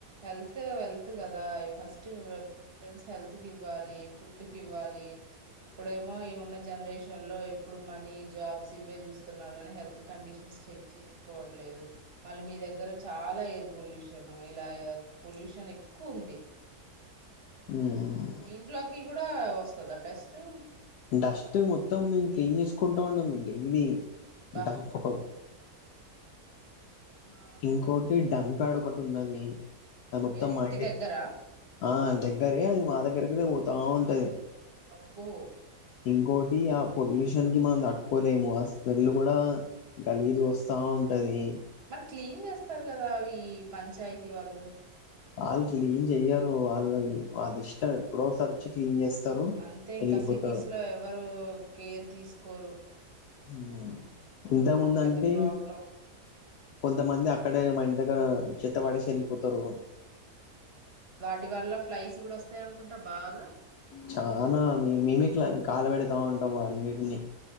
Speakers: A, on the right; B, on the left.
A: హెల్తే వెల్త్ కదా ఫస్ట్ ప్రిఫరెన్స్ హెల్త్ కి ఇవ్వాలి ఫుడ్ కి ఇవ్వాలి ఇప్పుడేమో ఈ ఉన్న జనరేషన్ లో ఎప్పుడు మనీ జాబ్స్ ఇవే చూస్తున్నారు కానీ హెల్త్ కండిషన్స్ చెక్ చేసుకోవట్లేదు మళ్ళీ మీ దగ్గర చాలా ఎయిర్ పొల్యూషన్ ఇలా పొల్యూషన్ ఎక్కువ ఉంది
B: హ్మ్.
A: ఇంట్లోకి కూ డా వస్తదా డస్ట్
B: డస్ట్
A: ఎలా
B: మొత్తం మేం క్లీన్ చేసుకుంట టోర్నమెంటా ఇది <unintelligible>
A: బా ఆ
B: ఇంకోటి డంప్డ ఒకటి ఉన్నది ఆ మొత్తం
A: ఏ-
B: మా
A: ఇంటి దగ్గర
B: ఆ దగ్గరే అది మా దగ్గరకినే పోతా ఉంటది
A: అబ్బో
B: ఇంకోొటి ఆ పొల్యూషన్ కి మనం తట్టుకోలేము ఆ స్మెల్ కూడా గలీజుగా వస్తా ఉంటది
A: మరి క్లీన్ చేస్తారు కదా అవి పంచాయితీ వాళ్ళు
B: ఆళ్ళు క్లీన్ జెయ్యరు వాళ్ళు వాల్లిష్టం ఎప్పుడో ఒకసారి వచ్చి క్లీన్ చేస్తారు
A: అంతే ఇంకా
B: వెళ్ళిపోతారు
A: సిటీస్ లో ఎవరు కేర్ తీసుకోరు
B: ఉ
A: ఉమ్,
B: ఇంతముందంటే
A: ఇదొక పెద్ద ప్రాబ్లం
B: కొంతమంది అ అక్కడే మా ఇన దగ్గర చెత్త పడేసి యెళ్ళిపోతారు
A: వాటి వల్ల ఫ్లైస్ గూడా వస్తాయనుకుంటా బాగా
B: చానా మేమే క్ల కాలబెడతా ఉంటాము అన్నింటిని